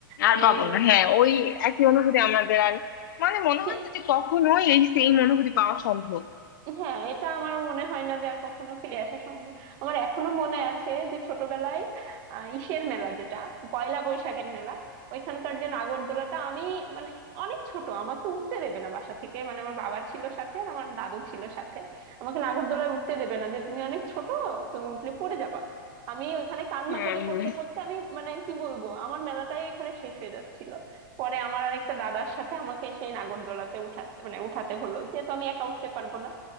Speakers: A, on the left; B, on the right.
A: আর
B: আহ,
A: পাবো না হ্যাঁ ওই একই অনুভূতি আমাদের আর মানে মনে
B: হ্যাঁ
A: হয় না যে কখনোই এই সেম অনুভূতি পাওয়া সম্ভব
B: হ্যাঁ এটা আমারও মনে হয় না যে আর কখনো ফিরে আসা সম্ভব আমার এখনো মনে আছে যে ছোটবেলায় আহ, ইসের মেলা যেটা পয়লা বৈশাখের মেলা ওইখানকার যে নাগরদোলাটা আমি মানে অনেক ছোট আমাকে উঠতে দেবে না বাসা থেকে মানে আমার বাবা ছিল সাথে আর আমার দাদু ছিল সাথে আমাকে নাগরদোলায় উঠতে দেবে না যে তুমি অনেক ছোট তুমি উঠলে পড়ে যাবা আমি ওইখানে কান্নাকাটি
A: হ্যাঁ
B: করতে
A: হ্যাঁ
B: করতে আমি মানে কি বলবো আমার মেলাটাই ওইখানে শেষ হয়ে যাচ্ছিল পরে আমার আর একটা দাদার সাথে আমাকে সেই নাগরদোলাতে উঠাতে মানে উঠাতে হলো যেহেতু আমি একা উঠতে পারবো না